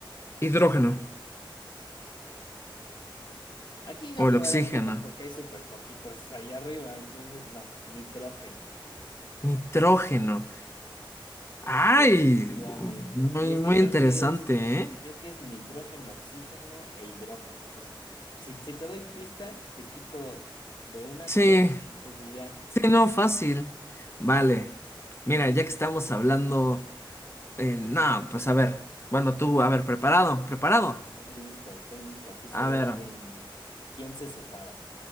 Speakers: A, on the left; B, on the left.
A: Hidrógeno
B: Aquí no
A: o el
B: te
A: oxígeno.
B: voy a dar pistas porque hay súper poquitos ahí arriba, entonces no, nitrógeno.
A: Nitrógeno. Ay,
B: Efectivamente.
A: muy,
B: Y es
A: muy
B: que creo
A: interesante,
B: que es,
A: ¿eh?
B: creo que es nitrógeno, oxígeno e hidrógeno. Entonces, si, si te doy pista, te quito de una a
A: Sí,
B: tres, entonces pues ya
A: sí, no, fácil. Vale. Mira, ya que estamos hablando. Eh, no, pues a ver. Bueno, tú, a ver, preparado, preparado.
B: estoy listo, estoy listo. Aquí se
A: A
B: ve
A: ver,
B: quién, quién se separa.